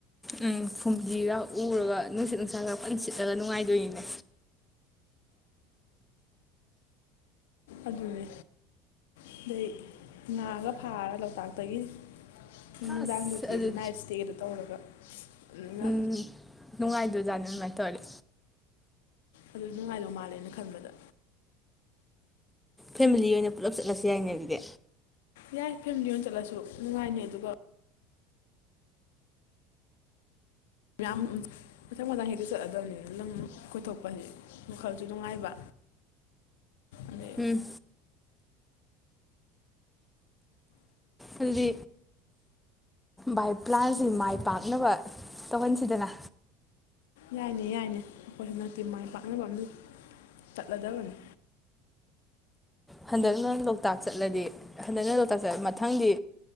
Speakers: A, in the centre; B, on the left.
A: ꯎꯝ ꯐꯨꯝꯗꯤꯒ ꯎꯔꯒ ꯅꯨꯡꯁꯤꯠ ꯅꯨꯡꯁꯥꯒ ꯐꯟ ꯁꯤꯠꯂꯒ ꯅꯨꯡꯉꯥꯏꯗꯣꯏꯅꯤꯅꯦ
B: ꯑꯗꯨꯅꯦ ꯑꯗꯩ ꯉꯥꯒ ꯐꯥꯔ ꯂꯣꯛꯇꯥꯛꯇꯒꯤ ꯅꯨꯡꯗꯥꯡꯗꯨꯗꯤ
A: ꯑꯁ ꯑꯗꯨ
B: ꯅꯥꯏꯠ ꯏꯁꯇꯦꯗꯣ ꯇꯧꯔꯒ ꯑꯗꯨꯅ
A: ꯎꯝ ꯅꯨꯡꯉꯥꯏꯗ ꯖꯥꯠꯅꯤ ꯑꯗꯨꯃꯥꯏꯅ ꯇꯧꯔꯒꯦ
B: ꯑꯗꯨ ꯅꯨꯡꯉꯥꯏꯗꯧ ꯃꯥꯜꯂꯦꯅ ꯈꯟꯕꯗ
A: ꯐꯦꯃꯤꯂꯤ ꯑꯣꯏꯅ ꯄꯨꯂꯞ ꯆꯠꯂꯁꯤ ꯌꯥꯏꯅꯦ ꯑꯗꯨꯗꯤ
B: ꯌꯥꯏ ꯐꯦꯃꯤꯂꯤ ꯑꯣꯏꯅ ꯆꯠꯂꯁꯨ ꯅꯨꯡꯉꯥꯏꯅꯤ ꯑꯗꯨꯒ ꯃꯌꯥꯝ ꯃꯊꯪ ꯃꯊꯪ ꯍꯦꯛꯇ ꯆꯠꯂꯗꯕꯅꯤꯅ ꯂꯝ ꯀꯣꯏꯊꯣꯛꯄꯁꯤ ꯃꯈꯜꯁꯨ ꯅꯨꯡꯉꯥꯏꯕ ꯑꯗꯩ
A: ꯎꯝ ꯑꯗꯨꯗꯤ ꯕꯥꯏ ꯄ꯭ꯂꯥꯟꯁꯤ ꯃꯥꯏ ꯄꯥꯛꯅꯕ ꯇꯧꯍꯟꯁꯤꯗꯅ
B: ꯌꯥꯏꯅꯦ ꯌꯥꯏꯅꯦ ꯑꯩꯈꯣꯏ ꯍꯟꯗꯛꯇꯤ ꯃꯥꯏ ꯄꯥꯛꯅꯕ ꯑꯝ ꯆꯠꯂꯗꯕꯅꯤ
A: ꯍꯟꯗꯛꯅ ꯂꯣꯛꯇꯥꯛ ꯆꯠꯂꯗꯤ ꯍꯟꯗꯛꯅ ꯂꯣꯛꯇꯥꯛ ꯆꯠꯂꯗꯤ ꯃꯊꯪꯗꯤ